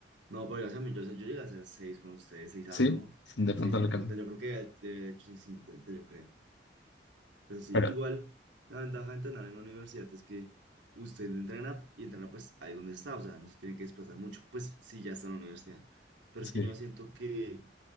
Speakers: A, on the right (about 80°); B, on the left (about 75°).
A: No, pero dígame, yo, yo llegué a hacer 6 con ustedes, 6 algo,
B: Sí, de
A: seis
B: pronto
A: cincuenta
B: le alcanzó.
A: yo creo que debe haber hecho seis cincuenta yo creo. Pero sí,
B: Pero
A: igual, la ventaja de entrenar en la universidad es que usted entrena y entrena pues ahí donde está, o sea, no se tiene que desplazar mucho, pues sí, ya está en la universidad. Pero
B: sí,
A: es que yo siento que